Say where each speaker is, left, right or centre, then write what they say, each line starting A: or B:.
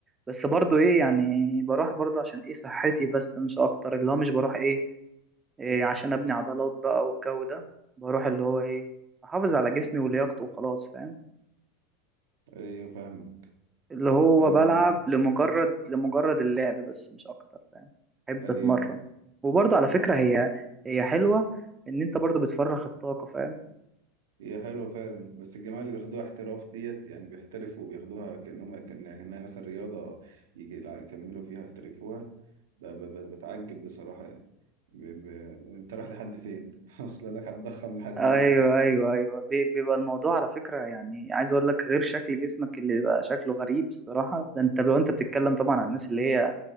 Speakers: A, on the right; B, on the right.
A: بس برضو ايه يعني بروح برضو عشان ايه صحتي بس مش اكتر اللي هو مش بروح ايه, إيه عشان ابني عضلات بقى والجو ده بروح اللي هو ايه احافظ على جسمي ولياقته وخلاص فاهم
B: أيوه فاهمك
A: اللي هو
B: فاهمك
A: بلعب لمجرد لمجرد اللعب بس مش اكتر فاهم احب
B: أيوه
A: اتمرن وبرضو على فكرة هي هي حلوة ان انت برضو بتفرغ الطاقة فاهم
B: هي حلوة فعلا بس الجماعة اللي بياخدوها احتراف ديت يعني بيحترفوا وبياخدوها كأنهم كأنها كأنها مثلا رياضة يجي لا يكملوا فيها يحترفوها ب- ب- ب- بتعجب بصراحة يعني ب... ب... انت رايح لحد فين؟ <laughs> اصل لك هتضخم لحد
A: ايوه
B: فين؟
A: ايوه ايوه بي- بيبقى الموضوع على فكره يعني عايز اقول لك غير شكل جسمك اللي بيبقى شكله غريب الصراحه ده انت لو انت بتتكلم طبعا عن الناس اللي هي